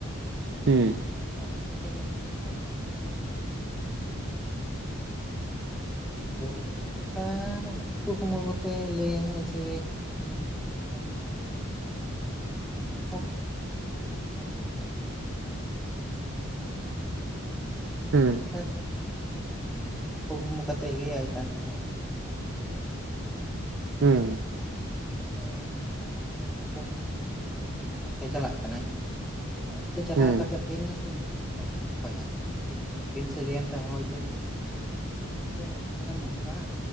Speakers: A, on the right; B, in the centre.
A: ᱦᱩᱸ
B: ᱟᱫᱚ ᱩᱱᱤ ᱫᱚ ᱠᱟᱱᱟ ᱱᱮ ᱡᱮ ᱚᱠᱟ ᱥᱟᱺᱜᱤᱧ ᱨᱮ ᱢᱮᱭᱟᱝ ᱫᱚᱯᱚᱢ ᱠᱟᱛᱮ ᱢᱤᱫᱴᱮᱱ ᱦᱚᱲ ᱛᱚ ᱩᱱᱤᱜᱮ ᱟᱸᱻᱻ ᱠᱩᱠᱢᱩ ᱠᱚᱛᱮ ᱞᱟᱹᱭᱟᱹᱧᱟ ᱡᱮ ᱤᱧ ᱢᱟ ᱱᱚᱝᱠᱟ ᱵᱚᱸᱜᱟ ᱛᱟ <unintelligible> ᱯᱩᱢᱩᱯ ᱟᱛᱚ ᱨᱤᱱᱤᱡ <inaudible> ᱦᱚᱭ
A: ᱦᱩᱸ ᱦᱩᱸ
B: ᱚᱱᱟ ᱞᱮᱠᱟᱛᱮ ᱚᱠᱟᱨᱮ ᱩᱱᱤ ᱡᱟᱦᱟᱸᱭ ᱠᱩᱠᱢᱩ ᱠᱟᱛᱮ ᱞᱟᱹᱭᱟᱭ ᱠᱟᱱ ᱡᱟᱦᱟᱸᱭ ᱟᱨᱠᱤ ᱱᱤ ᱱᱤᱭᱚᱢ ᱫᱷᱚᱨᱚᱢ ᱦᱚᱲ ᱟᱫᱚ ᱩᱱᱤᱜᱮ
A: ᱦᱩᱸ
B: ᱱᱟᱜ ᱠᱷᱟᱱ ᱫᱚ ᱡᱟᱦᱟᱸᱭ ᱦᱚᱨ ᱠᱚ ᱠᱚ ᱮᱢᱟᱭ ᱠᱟᱱᱟ ᱛᱟᱦᱚᱞᱮ ᱩᱱᱤᱭᱟᱜ ᱚᱲᱟᱜ ᱛᱮ ᱪᱟᱞᱟᱜ ᱠᱟᱱᱟᱭ ᱩᱱᱤᱭᱟᱜ ᱚᱲᱟᱜ ᱛᱮ ᱪᱟᱞᱟᱣ
A: ᱦᱩᱸ
B: ᱠᱟᱛᱮ ᱵᱤᱱ ᱥᱟᱹᱜᱟᱹᱭ ᱮᱱᱛᱮ ᱟᱫᱚᱭ ᱦᱚᱦᱚᱭᱟ ᱡᱮ ᱵᱤᱱ ᱥᱟᱹᱜᱟᱹᱭ ᱮᱱᱛᱮ ᱦᱚᱦᱚᱭ ᱛᱮ ᱞᱮᱭᱟ ᱡᱮ ᱱᱩᱭ ᱫᱚ ᱱᱟᱜ ᱠᱷᱟᱱ ᱱᱚᱝᱠᱟ